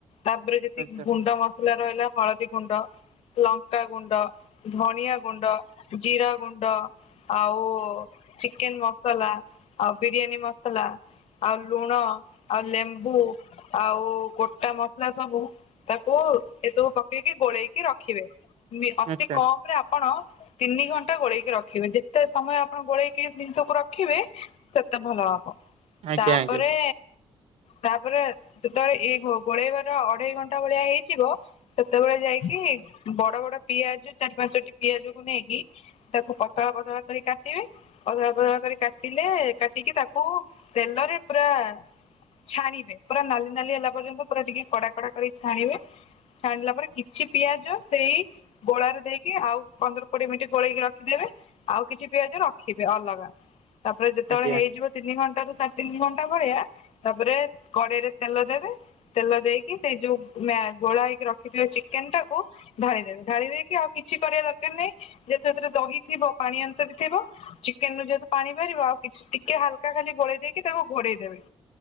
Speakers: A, on the left; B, on the right.
A: ତାପରେ ଯେତିକି
B: ଆଚ୍ଛା
A: ଗୁଣ୍ଡ ମସଲା ରହିଲା ହଳଦୀ ଗୁଣ୍ଡ ଲଙ୍କା ଗୁଣ୍ଡ ଧନିଆ ଗୁଣ୍ଡ ଜିରା ଗୁଣ୍ଡ ଆଉ ଚିକେନ ମସଲା ଆଉ ବିରିୟାନୀ ମସଲା ଆଉ ଲୁଣ ଆଉ ଲେମ୍ବୁ ଆଉ ଗୋଟା ମସ ସବୁ ତାକୁ ଏସବୁ ପକେଇକି ଗୋଳେଇକି ରଖିବେ ଅତି
B: ଆଚ୍ଛା
A: କମ ରେ ଆପଣ ଆପଣ ତିନି ଘଣ୍ଟା ଗୋଳେଇକି ରଖିବେ ଯେତେ ସମୟ ଆପଣ ଗୋଳେଇକି ଜିନିଷକୁ ରଖିବେ ସେତେ ଭଲ ହବ।
B: ଆଜ୍ଞା
A: ତାପରେ
B: ଆଜ୍ଞା।
A: ତାପରେ ଯେତେବେଳେ ଇ ଗୋଳେଇବାର ଅଢେଇ ଘଣ୍ଟା ଟା ଭଳିଆ ହେଇଯିବ ସେତେବେଳେ ଯାଇକି ବଡ ବଡ ପିଆଜ ଚାରି ପାଞ୍ଚଟି ପିଆଜ କୁ ନେଇକି ତାକୁ ପତଳା ପତଳା କରି କାଟିବେ ପଦଳା ପତଳା କରି କାଟିଲେ କାଟିକି ତାକୁ ତେଲ ରେ ପୁରା ଛାଣିବେ ପୁରା ନାଲି ନାଲି ହେଲା ପର୍ଯ୍ୟନ୍ତ ପୁରା ଟିକେ କଡା କଡା କରି ଛାଣିବେ ଛାଣିଲା ପରେ କିଛି ପିଆଜ ସେଇ ଗୋଳାରେ ଦେଇକି ଆଉ ପନ୍ଦର କୋଡିଏ ମିନିଟ୍ ଗୋଳେଇକି ରଖିଦେବେ। ଆଉ କିଛି ପିଆଜ ରଖିବେ ଅଲଗା ତାପରେ ଯେତେବେଳେ
B: ଆଜ୍ଞା
A: ହେଇଯିବ ତିନି ଘଣ୍ଟାରୁ ସାଢେ ତିନି ଘଣ୍ଟା ଭଳିଆ ତାପରେ କଡେଇରେ ତେଲ ଦେବେ। ତେଲ ଦେଇକି ସେଇ ଯୋଉ ଗୋଳା ହେଇକି ରଖିଥିବା ଚିକେନ ଟାକୁ। ଢାଳି ଦେବେ ଧାଳି ଦେଇକି ଆଉ କିଛି କରିବା ଦରକାର ନାହିଁ ଯଦି ସେଥିରେ ଦହି ଥିବ ପାଣି ଅଂଶ ବି ଥିବ। ଚିକେନ ରୁ ଯେହେତୁ ପାଣି ବାହାରିବ ଆଉ କିଛି ଟିକେ ହାଲକା ଖାଲି ଗୋଳେଇ ଦେଇକି ତାକୁ ଘୋଡ଼େଇ ଦେବେି